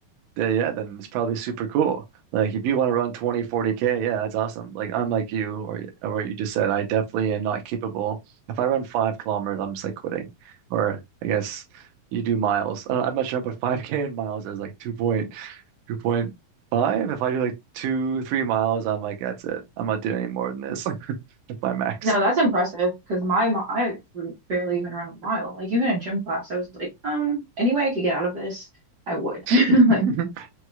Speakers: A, on the right (about 80°); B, on the right (about 55°).
A: then yeah, then it's probably super cool. Like if you want to run twenty, forty k yeah, that's awesome. Like I'm like you or, or what you just said, I definitely am not capable. If I run five kilometers, I'm just like quitting. Or I guess you do miles. I don't- I'm not sure what 5K in miles is like 2. 2.5. If I do like two, three miles, I'm like, that's it. I'm not doing any more than this. <laughs> That's my max.
B: No, that's impressive because my mi- I would barely even run a mile. Like even in gym class, I was like, um, any way I could get out of this, I would. <laughs>
A: <laughs>
B: Like